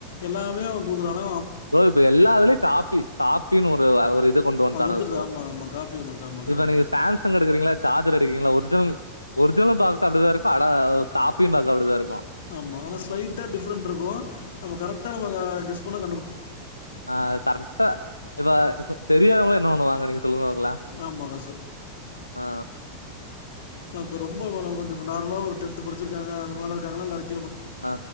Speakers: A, on the left; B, on the left.
A: எல்லாமே அவங் குடுக்குறாங்க
B: ப்ரோ இப்ப எல்லா இதுலயு காப்பி காப்பினு ஒரு ஒரு இ து கொண்டு வன்டாணுங்க
A: அது வந்துடுது
B: ப்ரொ
A: ஆமாம் ஆமாம் காப்பி வந்துடுச்சு ஆமாம் கரெக்டு
B: இப்ப நீங்க சாம்சங் எடுக்குறீங்களா சார்ஜர் எடுக்கீங்களா ஒரிஜினல் ஒரிஜினலு பாத்த அப்டிதா இருக்கு அட காப்பியு பாக்க அப்டிதா இருக்
A: ஆமா ஆனா ஸ்லைட்டா டிஃப்ரெண்ட்ருக்கு நம்ம கரெக்டா நம்ப க கெஸ் பண்ணா
B: ஆ கரெக்டா இப்ப தெரியாதவ்ங்ளா என்ன பண்ணுவாங்க நீங்க சொல்லுவாங்களா
A: ஆமாம்
B: ஆ
A: ஆ இப்ப ரொம்ப பண கொஞ்ச ப நார்மலா ஒரு டென்த்து படுச்சுருக்காங்க அந்த மார்ல இருக்காங்கனால்ல அது
B: ஆ